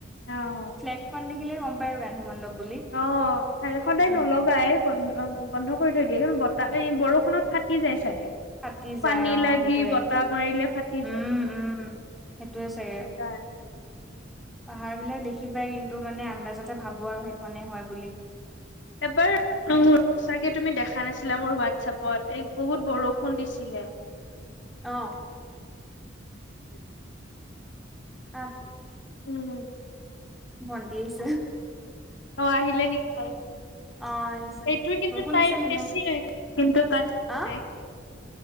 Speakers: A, on the left (about 70°); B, in the centre.
A: অ
B: ফ্লেগ খন দেখিলে গম পায় আৰু গান্ধী মণ্ডপ। বুলি
A: অ খালি সদায়
B: উম
A: নলগাই। বন্ধ বন্ধ কৰি থৈ দিয়ে কিন্তু বতাহ বৰষুণত ফাটি যায় চাগে।
B: ফাটি যায়
A: পানী
B: অ
A: লাগি
B: সেইটোয়ে
A: বতাহ মাৰিলে ফাটি
B: উম
A: যায়
B: উম। সেইটোৱে চাগে।
A: সেইকাৰণে
B: পাহাৰ বিলাক দেখি পাই কিন্তু মানে আন্দাজতে ভাবো আৰু সেইখনেই হয় বুলি।
A: এবাৰ। চাগে তুমি দেখা নাছিলা মোৰ হোৱাটছএপত এই বহুত বৰষুণ দিছিলে।
B: অ।
A: <unintelligible>
B: আহ।
A: উম
B: ভন্টি আহিছে।
A: অ আহিলে নেকি গৈ?
B: অ আহিছে
A: এইটো কিন্তু
B: বৰষুণ
A: টাইম
B: দিছে নি
A: বেছি,
B: আপোনালোকে
A: কিন্তু কাট খোৱা
B: আ
A: নাই।